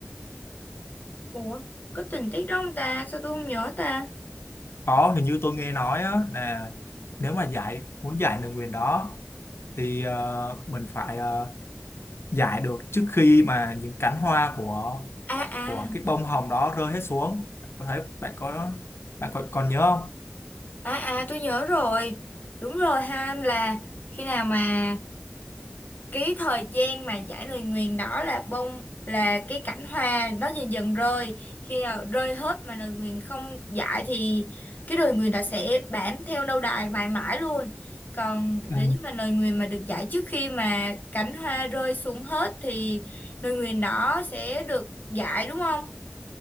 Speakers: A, on the left (about 45°); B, on the left (about 80°).
A: Ủa, có tình tiết đó không ta, sao tôi không nhớ ta?
B: có hình như tôi nghe nói á, là nếu mà giải muốn giải lời nguyền đó thì ờ, mình phải ờ, giải được trước khi mà những cánh hoa của
A: À à,
B: của cái bông hồng đó rơi hết xuống có thấy bạn có bạn còn còn nhớ không
A: à à, tôi nhớ rồi. Đúng rồi ha, là khi nào mà cái thời gian mà giải lời nguyền đó là bông là cái cảnh hoa nó dần dần rơi khi nào rơi hết mà lời nguyền không giải thì cái lời nguyền đó sẽ bám theo lâu đài mãi mãi luôn còn
B: Ừ.
A: nếu như mà lời nguyền mà được giải trước khi mà cảnh hoa rơi xuống hết thì lời nguyền đó sẽ được giải đúng không